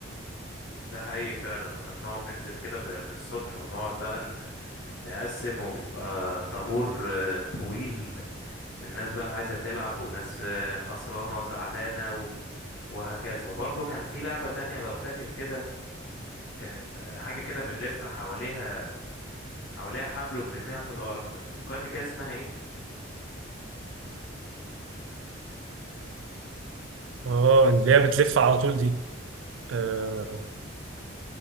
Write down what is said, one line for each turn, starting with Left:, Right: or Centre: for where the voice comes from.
Left: ده حقيقي فعلا كنا بنقعد ننزل كده من من الصبح ونقعد بقى ن... نقسم وبيبقى طابور آه، طويل من ناس بقى عايزه تلعب وناس آه، خسرانه وزعلانه و... وهكذا وبرضه كان في لعبه تانية لو فاكر كده كانت آه، حاجه كده بنلف حواليها حواليها حبل وبنرميها في الارض فكرني كده اسمها ايه
Right: اه اللي هي بتلف على طول دي آه،